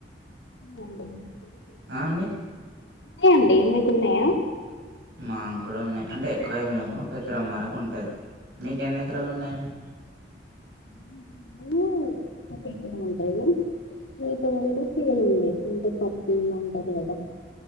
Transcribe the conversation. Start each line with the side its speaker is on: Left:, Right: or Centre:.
Left: ఉన్నాయండి
Right: ఆ అండి
Left: మీక్ కు ఉన్నాయా.
Right: మాక్ కూడా ఉన్నాయి. అంటే ఎక్కువ ఏమ్ లేవు ఒక ఎకరం వరకు ఉంటది. మీక్ ఎన్ని ఎకరాలు ఉన్నాయండి.
Left: <unintelligible> ఉంటది కదా